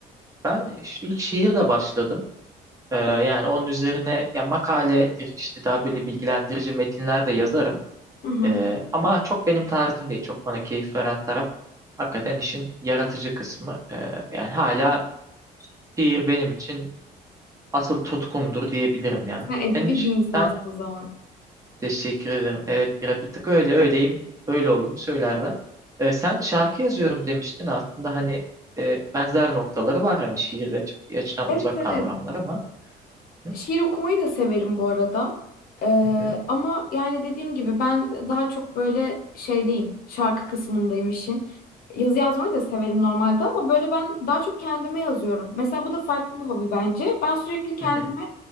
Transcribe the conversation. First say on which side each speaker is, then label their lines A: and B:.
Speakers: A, on the right; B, on the left.
A: ben iş- ilk şiirle başladım. Ee, yani onun üzerine ya makaledir işte daha böyle bilgilendirici metinler de yazarım.
B: Hı hı.
A: Ee, ama çok benim tarzım değil. Çok bana keyif veren taraf hakikaten işin yaratıcı kısmı. Ee, yani hala şiir benim için asıl tutkumdur diyebilirim ya.
B: Ha, edebi
A: Sen hiç
B: bir insansın
A: sen
B: o zaman.
A: teşekkür ederim. Evet bir, bir tık öyle öyleyim. Öyle oldum söylerler. Ee, sen şarkı yazıyorum demiştin aslında hani e, benzer noktaları var hani şiirle ç- açılan
B: Evet
A: uzak
B: evet.
A: kavramlar ama hı
B: Şiir okumayı da severim bu arada. Ee,
A: hı hı.
B: ama yani dediğim gibi ben daha çok böyle şeydeyim. Şarkı kısmındayım işin. Yazı yazmayı da severim normalde ama böyle ben daha çok kendime yazıyorum. Mesela bu da farklı bir hobi bence. Ben sürekli kendime,
A: hı.